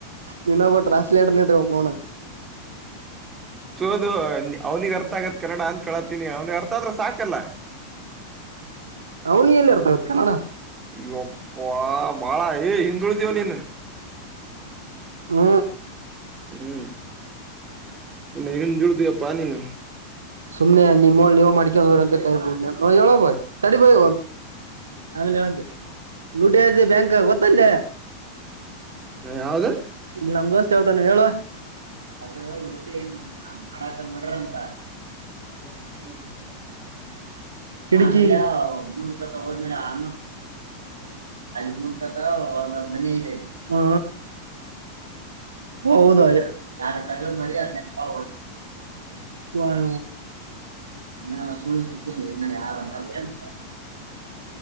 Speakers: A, on the right (about 70°); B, on the right (about 20°).
A: ನೀನಬ್ಬ ಟ್ರಾ ಲೇಟನೋಗ ನೋಣ
B: ಹದು ಅವ್ನಿಗೆ ಅರ್ಥ ಆಗತ್ ಕನ್ನಡ ಅಂತ ಹೇಳತೀನಿ ಅವ್ನಿಗೆ ಅರ್ಥ ಆದ್ರ ಸಾಕಲ್ಲ
A: ಅವನಿ ಎಲ್ಲಿ ಇರ್ತಗತ್ ಕನ್ನಡ
B: ಇ ಒಪ್ಪ ಬಳ ಹಿಂಡೂಳ ದವ ನೀ
A: ಹ್ಮ
B: ಹ್ಮ್ ಇ ಹ ಿಡ್ದ ಪಾನಿ <unintelligible> ನ
A: ಸುಮ್ನೆ ನಿಮ್ಮಳ ನೀವ ಮಾಡ್ಕೊಂಡಂದ್ರ ಅಂತ ಕಬ ಹೇಳ ಬಯ್ ತಡಿ ಬಯ ಆಮೇಲೆ ಹೇಳಂತೆ ಲೂಟ ಬ್ಯಾಂಕ್ ಗೊತ್ತಲ್ಲೆ
B: ಯಾವ್ದ
A: ಇಲ್ಲಿ ನಮ ದೋಸ್ತ್ ಹೇಳ್ತಾನೆ ಹೇಳ ಅದ ಹೇಳ ಒಟ್ಟಿ ಮಾಡಾಕ ನೋಡಾರಂತ
B: ಕ
A: ಕಿಡಕಿ ಮುಂದಕ ಅನ್ನ ಅಲ್ಲಿ ಮುನ್ಕ ಮನ ಇಲ್ಲ ಮ ಹೌದ ಯಾರಟ ಮರಿ ಅದ್ ನಂ <unintelligible> ವಾರ ನಾ ಸುಳಿ ಸಿಕ್ಕಿಲ್ಲನ್ನ ಯಾರ <unintelligible>